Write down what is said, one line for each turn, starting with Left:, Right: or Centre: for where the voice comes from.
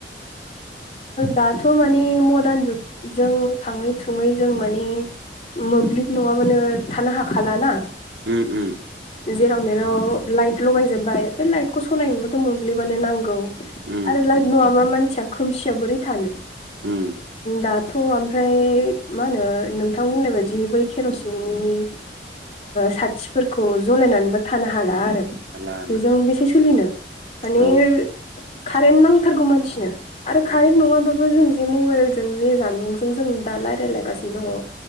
Left: दाथ' माने मडार्न जुगजों थाङै थुङै जों माने मोब्लिब नङाबानो थानो हाखलाना?
Right: उम उम।
Left: जेराव मेराव लाइट लगायजोबबाय बे लाइटखौ सालायनोबोथ' मोब्लिबानो नांगौ।
Right: उम
Left: आरो लाइक नङाबा मानसिया खोमसियाव बोरै थानो।
Right: उम
Left: दाथ' ओमफ्राय मा होनो नोंथां बुंनाय बायदि बै केर'सिननि साथिफोरखौ जलायनानैबो थानो हाला आरो।
Right: हारला हारला
Left: बेजों बेसे सोलिनो माने
Right: औ
Left: कारेन्ट नांथारगौ मानसिनो। आरो
Right: औ
Left: कारेन्ट
Right: नंगौ
Left: नङाबाबो जों जे मबाइलजों जे जानबुंजों जों दा रायजायलायगासिनो दङ।